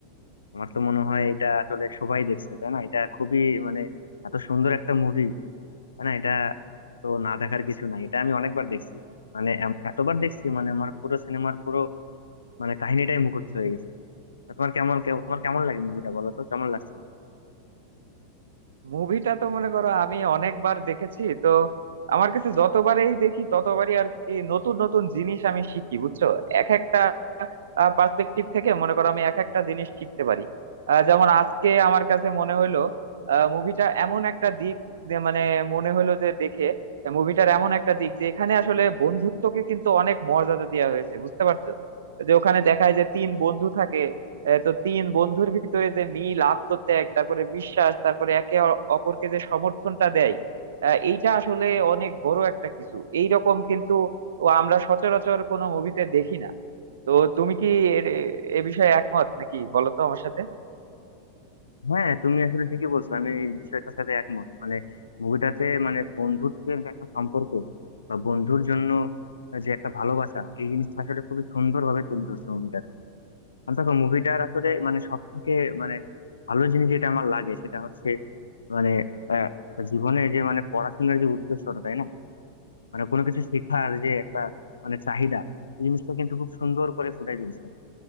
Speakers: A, on the left; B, on the right.
A: আমার তো মনে হয় এটা আসলে সবাই দেখছে তাই না এটা খুবই মানে এত সুন্দর একটা মুভি তাই না এটা তো না দেখার কিছু নাই এটা আমি অনেকবার দেখছি মানে এম- এতবার দেখছি মানে আমার পুরো সিনেমার পুরো মানে কাহিনীটাই মুখস্থ হয়ে গেছে তা তোমার কেমন কেমন- তোমার কেমন লাগে মুভিটা বলো তো কেমন লাগছে
B: মুভিটা তো মনে করো আমি অনেকবার দেখেছি তো আমার কাছে যতবারই দেখি ততবারই আর কি নতুন নতুন জিনিস আমি শিখি বুঝছো এক একটা পার্সপেক্টিভ থেকে মনে করো আমি এক একটা জিনিস শিখতে পারি আহ, যেমন আজকে আমার কাছে মনে হলো মুভিটা এমন একটা দিক যে মানে মনে হলো যে দেখে মুভিটার এমন একটা দিক যে এখানে আসলে বন্ধুত্বকে কিন্তু অনেক মর্যাদা দেওয়া হয়েছে বুঝতে পারছো যে ওখানে দেখায় যে তিন বন্ধু থাকে আহ, তো তিন বন্ধুর ভিতরে যে মিল আত্মত্যাগ তারপরে বিশ্বাস তারপরে একে অ- অপরকে যে সমর্থনটা দেয় আহ, এইটা আসলে অনেক বড় একটা কিছু এইরকম কিন্তু ও আমরা সচরাচর কোনো মুভিতে দেখি না তো তুমি কি এর- এ এ বিষয়ে একমত নাকি বলো তো আমার সাথে
A: হ্যাঁ তুমি আসলে ঠিকই বলছো আমি এই বিষয়টার সাথে একমত মানে মুভিটাতে মানে বন্ধুত্বের যে একটা সম্পর্ক বা বন্ধুর জন্য যে একটা ভালোবাসা এই জিনিসটা আসলে খুবই সুন্দর ভাবে তুলে ধরছে মুভিটাতে আর দেখো মুভিটার আসলে মানে সব থেকে মানে ভালো জিনিস যেটা আমার লাগে সেটা হচ্ছে মানে আহ, জীবনে যে মানে পড়াশোনার যে উদ্দেশ্যটা তাই না মানে কোনো কিছু শেখার যে একটা মানে চাহিদা এই জিনিসটা কিন্তু খুব সুন্দর করে ফুটাই তুলছে